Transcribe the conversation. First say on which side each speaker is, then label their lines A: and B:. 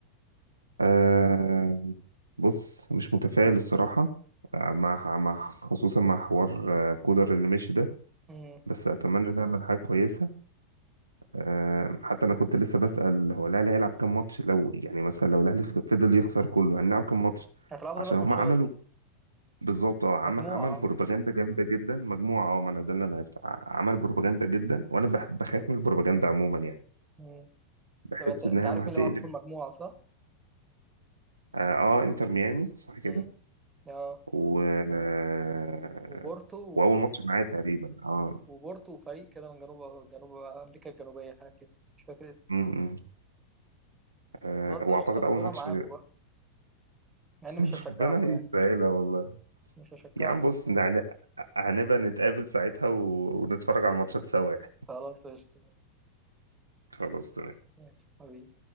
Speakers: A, on the right (about 80°); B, on the right (about 15°).
A: آه بص مش متفائل الصراحة آه، مع مع خصوصا مع حوار آه، كولر اللي مشي ده
B: مم.
A: بس أتمنى نعمل حاجة كويسة آه حتى أنا كنت لسه بسأل هو الأهلي هيلعب كام ماتش لو يعني مثلا لو الأهلي فضل يخسر كله هنلعب كام ماتش
B: هتلعبوا
A: عشان
B: ثلاث
A: هم
B: ماتشات
A: عملوا بالظبط اه عمل
B: مجموعة
A: عمل
B: آه.
A: بروباجندا جامده جدا مجموعه اه ما انا ده اللي انا عرفته ع- عمل بروباجندا جدا وانا بح- بخاف من البروباجندا عموما يعني
B: مم.
A: بحس
B: طب أنت أنت
A: انها
B: عارف
A: ما
B: مين
A: هتقلب
B: اللي معاكم في المجموعة صح؟
A: اه آه، انتر ميامي صح كده
B: مم. اه
A: و آه،
B: وبورتو و...
A: واول ماتش معايا تقريبا اه
B: وبورتو وفريق كده من جنوب جنوب أمريكا الجنوبية حاجة كده مش فاكر اسمه
A: امم إمم، آه
B: خلاص
A: واعتقد
B: قشطة ربنا
A: اول ماتش
B: معاكم بقى مع إني
A: <laughs>
B: مش هشجعكم
A: ربنا يسهلها
B: يعني
A: والله
B: مش هشجعكم
A: يا عم بص يعني هنبقى نتقابل ساعتها و... ونتفرج على الماتشات سوا يعني
B: خلاص قشطة
A: <laughs> خلاص تمام
B: ماشي حبيبي